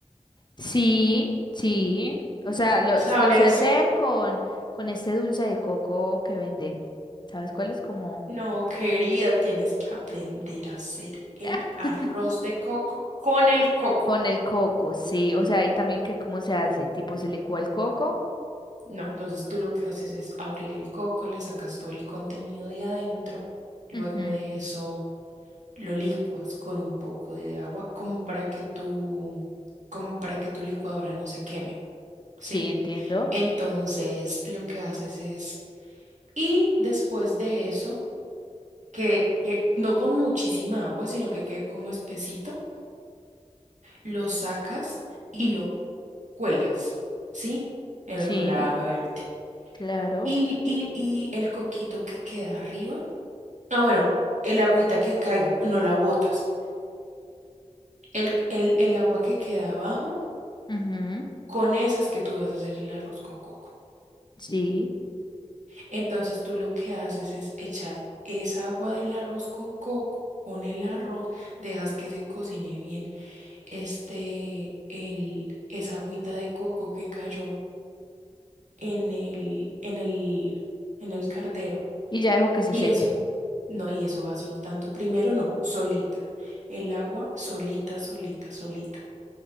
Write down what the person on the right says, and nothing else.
¿Sabes?
No, querida, tienes que aprender a hacer el
arroz
de coco con el coco.
No, entonces tú lo que haces es abrir el coco, le sacas todo el contenido de adentro, luego
de eso lo licuas con un poco de agua, como para que tu, como para que tu licuadora no se queme, ¿sí?
Entonces lo que haces es, y después de eso, que, que no con muchísima agua, sino que quede como espesito, lo sacas y lo cuelas, ¿sí? En
el colador, obviamente.
Y, y, y el coquito que queda arriba. Ah, bueno, el agüita que caiga, no la botas. El, el, el agua que queda abajo,
con esa es que tú vas a hacer el arroz con coco.
Entonces tú lo que haces es echar esa agua del arroz con coco con el arroz, dejas que se cocine bien este, el, esa agüita de coco que cayó en el, en el, en el cardero.
Y
eso, no, y eso va soltando. Primero no, solita. El agua solita, solita, solita.